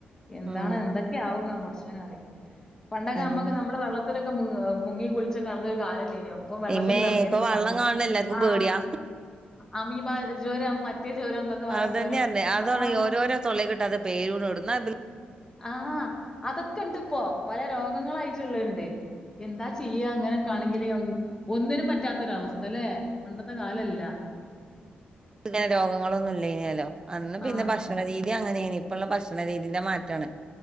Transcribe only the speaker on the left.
എന്താണ്
എന്തൊക്കെ ക്കാവുന്ന പടച്ചോനറിം. പണ്ടക്ക്
നമ്മക്ക് നമ്മള് വെള്ള <unintelligible> മുങ്ങി കുൾച്ച് നടന്ന ഒരു കാലം ഇല്ലേന്യോ ഇപ്പൊ വെള്ളത്തിന്ന്
എർങ്ങര്ത്
അമീ.
ആഹ്
അമീബ ജ്വരം മറ്റേ ജ്വരം എന്നൊക്കെ പർഞ്ഞിട്ട്
ഒരോ.
ആഹ്
ആഹ് അതൊക്കെ ഇണ്ട്പ്പോ പലേ രോഗങ്ങളായിട്ട്ള്ളെണ്ട്. എന്താ ചെയ്യ ഇങ്ങനെക്കെ ആണെങ്കില് അം ഒന്നിനും പറ്റാത്തൊരു അവസ്ഥ ലേ പണ്ടത്തെ കാലല്ല.
ആഹ്